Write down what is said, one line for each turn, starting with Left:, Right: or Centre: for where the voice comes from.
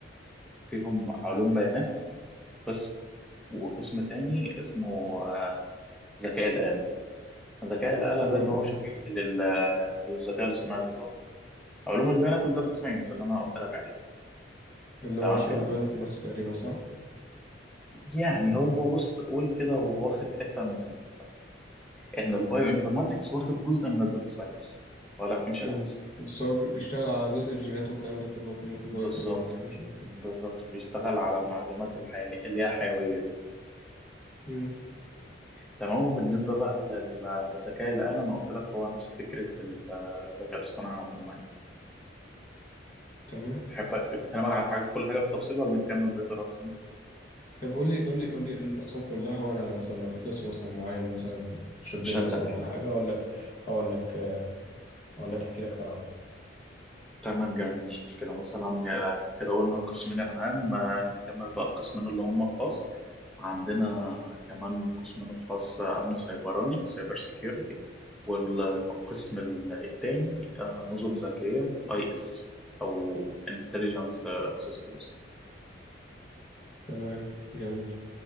Centre: فيهم علوم بيانات قسم وقسم تاني اسمه آه، ذكاء الآلة ذكاء الآلة
Left: تمام
Centre: ده اللي هو
Left: اه
Centre: شبيه لل- للذكاء الاصطناعي بالظبط علوم البيانات والداتا ساينس اللي انا قلت لك عليه
Left: اللي
Centre: تمام
Left: هو شبه
Centre: كده
Left: البايو انفورماتكس تقريبا صح
Centre: يعني هو بص قول كده هو واخد حته من ال- ان البايو انفورماتكس واخد جزء من الداتا ساينس ولا مش
Left: مم.
Centre: العكس
Left: بس هو بي- بيشتغل على جزء الجينات والكلام ده كله منه في بايو
Centre: بالظبط
Left: تقريبا او حاجة شبه كده
Centre: بالظبط بيشتغل على المعلومات الحيوية اللي هي الحيويه دي
Left: مم.
Centre: تمام وبالنسبه بقى للذكاء الآلي انا قلت لك هو نفس فكره ال- الذكاء الاصطناعي عموما
Left: تمام
Centre: تحب أك- اكلمك على حاجه كل حاجه بالتفصيل ولا نكمل بقيه الأقسام
Left: طب قول لي قول لي قول لي الاقسام كلها وانا لو مثلا لو في قسم مثلا معين مثلا شدني
Centre: شدك
Left: مثلا ولا
Centre: يعني
Left: حاجة اقول لك هقول لك آه، هقول لك احكي لك اكتر عنه
Centre: تمام جميل مفيش مشكلة مثلا كده قلنا القسمين العام آه، نكمل بقى القسمين اللي هم الخاص عندنا كمان قسمين الخاص آه، أمن سيبراني سايبر سيكيورتي والقسم ال- التاني آه، نظم ذكية أي إس أو انتليجنس سيستمز
Left: تمام جميل